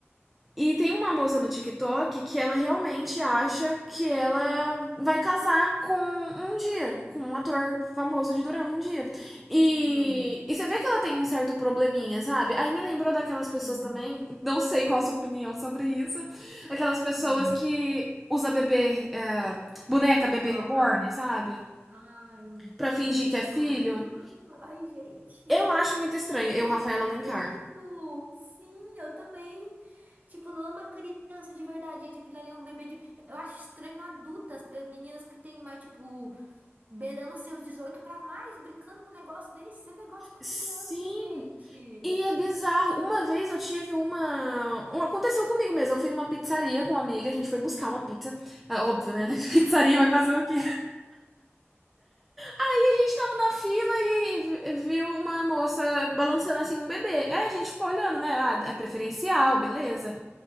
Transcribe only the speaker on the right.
Ai, meu Deus.
Sim.
Hum.
Reborn.
Ai, eu não
curto
essas
coisas. Ai, gente,
é
um
brinquedo.
Sim, eu também. Tipo, não é uma criança de verdade, gente. Aquilo ali é um bebê de. Eu acho estranho adultas, pe- meninas que têm mais, tipo. beirando seus 18 para mais, brincando com um negócio desse, isso é negócio para
criança, gente.